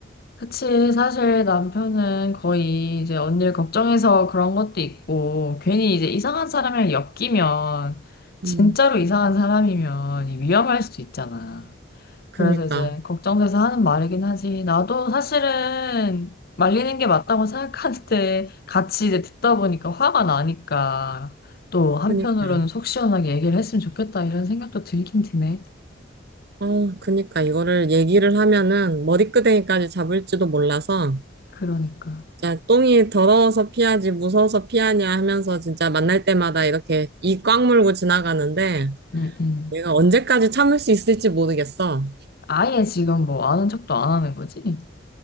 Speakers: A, on the left; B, on the right.
A: 그치. 사실 남편은 거의 이제 언니를 걱정해서 그런 것도 있고, 괜히 이제 이상한 사람이랑 엮이면, 진짜로
B: 음
A: 이상한 사람이면 위험할 수도 있잖아. 그래서
B: 그니까
A: 이제 걱정돼서 하는 말이긴 하지. 나도 사실은 말리는 게 맞다고 생각하는데 같이 이제 듣다 보니까 화가 나니까 또 한편으로는
B: 그니까
A: 속 시원하게 얘기를 했으면 좋겠다 이런 생각도 들긴 드네.
B: 어, 그니까 이거를 얘기를 하면은 머리끄댕이까지 잡을지도 몰라서
A: 그러니까.
B: 진짜 똥이 더러워서 피하지 무서워서 피하냐 하면서 진짜 만날 때마다 이렇게 이 꽉 물고 지나가는데
A: 응, 응.
B: 내가 언제까지 참을 수 있을지 모르겠어.
A: 아예 지금 뭐 아는 척도 안 하는 거지?